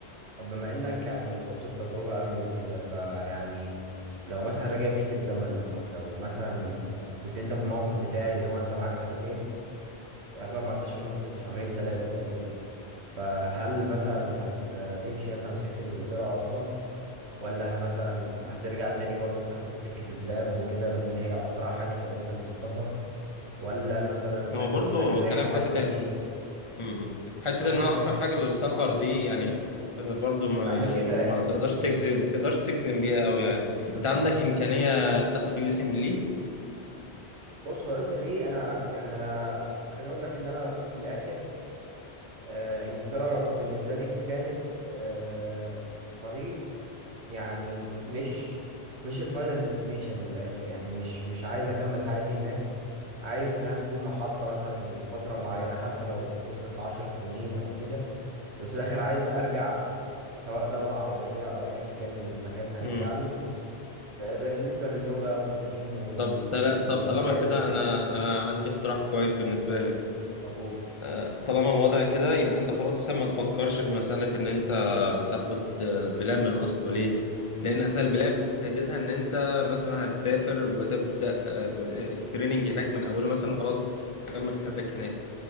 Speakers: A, on the right; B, on the left.
A: طب بما انك يعني خضت التجربة قبلي وكده فيعني لو مثلا رجع بيك الزمن او لو مثلا كنت انت في الموقف بتاعي اللي هو انت معاك سنتين يعتبر ما عداش منهم غير شهرين ثلاثة تقريبا فهل مثلا هت... هتمشي مثلا في سكة انجلترا اصلا ولا ه- مثلا هترجع تاني برضو تاخد سكة البلاد وكده بما ان هي اسرع حاجة تقريبا للسفر ولا مثلا
B: إن
A: تاخد
B: هو برضو
A: حاجة زي
B: كلام
A: ام ار
B: حته
A: سي بي
B: امم حته
A: تاخد
B: ان
A: حاجة
B: انا
A: زي
B: اسرع حاجه للسفر
A: اه
B: دي يعني آه، برضو ما
A: كانت قبل
B: يعني
A: كده
B: ما
A: يعني
B: تقدرش تجزم ما تقدرش تجزم بيها قوي يعني
A: بالظبط
B: انت عندك امكانيه تاخد يو اس ام لي
A: بص هو اسم ليه انا يعني انا خليني اقول لك ان انا في الاخر آه انجلترا بالنسبة لي كانت آه طريق يعني مش مش الفاينل ديستنيشن من الاخر يعني مش مش عايز اكمل حياتي هناك عايز انها تكون محطة مثلا لفترة معينة حتى لو وصلت لعشر سنين او كده بس في الاخر عايز ارجع سواء دولة عربية او ايا كان المكان اللي هرجع
B: امم
A: له ب- بالنسبة للغة والدين وال-
B: طب تلا... طب
A: والاولاد
B: طالما كده
A: وكده
B: انا انا عندي اقتراح كويس بالنسبه لك
A: طب قول
B: آه، طالما الوضع كده يبقى انت خلاص اصلا ما تفكرش في مساله ان انت تاخد آه، بلاب من اصله ليه لان اصلا البلاب فايدتها ان انت مثلا هتسافر وتبدا آه، م- التريننج هناك من اوله مثلا وخلاص تكمل حياتك هناك